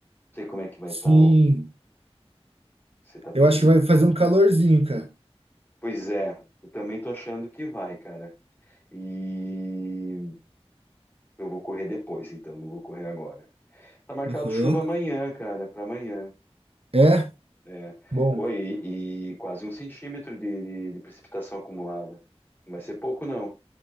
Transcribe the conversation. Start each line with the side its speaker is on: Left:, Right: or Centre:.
Left: sei como é que vai
Right: Sim,
Left: estar, o, se tá previsto
Right: eu acho que vai fazer
Left: chuva.
Right: um calorzinho, cara.
Left: Pois é, eu também tô achando que vai, cara. E eu vou correr depois, então, não vou correr agora. Tá marcado
Right: Aham.
Left: chuva amanhã, cara, pra amanhã.
Right: É?
Left: É.
Right: Bom.
Left: Oi, e, e quase um centímetro de, de- de precipitação acumulada. Não vai ser pouco, não.